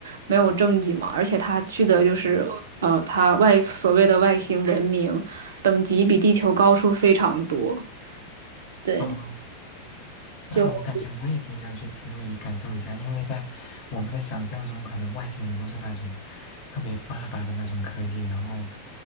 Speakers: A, on the right; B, on the left.
A: 没有证据嘛。而且他去的就是呃，他外所谓的外星文明，等级比地球高出非常多。对。
B: 哦那我感觉我也挺想去经历感受一下，
A: 就。
B: 因为在我们的想象中，可能外星人都是那种特别发达的那种科技，然后